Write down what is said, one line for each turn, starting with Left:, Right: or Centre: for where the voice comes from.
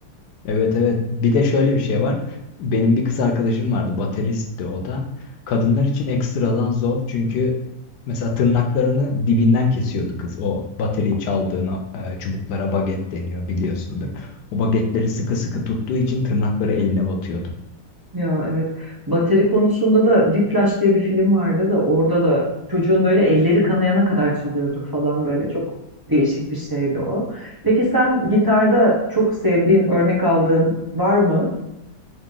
Left: Evet evet. Bir de şöyle bir şey var. Benim bir kız arkadaşım vardı. Bateristti o da. Kadınlar için ekstradan zor. Çünkü mesela tırnaklarını dibinden kesiyordu kız. O bateriyi çaldığına çubuklara baget deniyor biliyorsundur. O bagetleri sıkı sıkı tuttuğu için tırnakları eline batıyordu.
Right: Ya evet. Bateri konusunda da Whiplash diye bir film vardı da orada da çocuğun böyle elleri kanayana kadar çalıyordu falan böyle çok değişik bir şeydi o. Peki sen gitarda çok sevdiğin, örnek aldığın var mı?